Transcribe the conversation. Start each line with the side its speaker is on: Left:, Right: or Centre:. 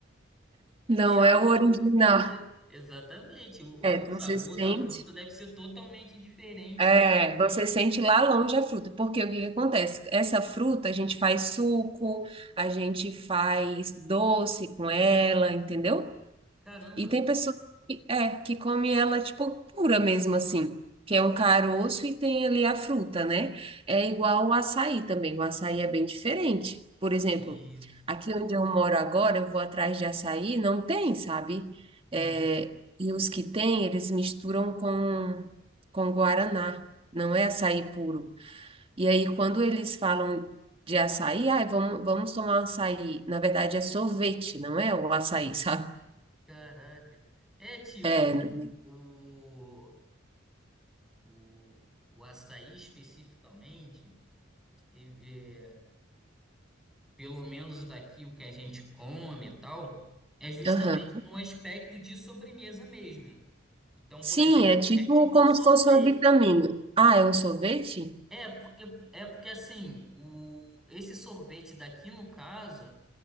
Right: não
Centre: que a
Right: é o original.
Centre: fruta. Exatamente, o,
Right: É,
Centre: o sabor
Right: você sente,
Centre: da fruta deve ser totalmente diferente
Right: é,
Centre: do
Right: você sente lá longe a fruta, porque o que que acontece? Essa fruta a gente faz suco, a gente faz doce com ela, entendeu?
Centre: caramba.
Right: E tem pessoas que, é, que come ela, tipo, pura mesmo, assim. Que é um caroço e tem ali a fruta, né? É igual o açaí também. O açaí é bem diferente. Por exemplo,
Centre: Isso.
Right: aqui onde eu moro agora, eu vou atrás de açaí, não tem, sabe? É,
Centre: Uhum.
Right: e os que tem, eles misturam com, com guaraná. Não é açaí puro. E aí, quando eles falam de açaí, ai, vamos, vamos tomar açaí. Na verdade, é sorvete, não é o açaí, <laughs> sabe?
Centre: Caraca. É tipo,
Right: É, né?
Centre: o, o, o açaí especificamente, e- é, pelo menos daqui o que a gente come e tal, é justamente
Right: Aham.
Centre: no aspecto de sobremesa mesmo. Então,
Right: Sim,
Centre: por exemplo,
Right: é tipo
Centre: é tipo
Right: como
Centre: um sorvete.
Right: se fosse uma vitamina. Ah, é um sorvete?
Centre: É porque, é porque assim, o, esse sorvete daqui, no caso.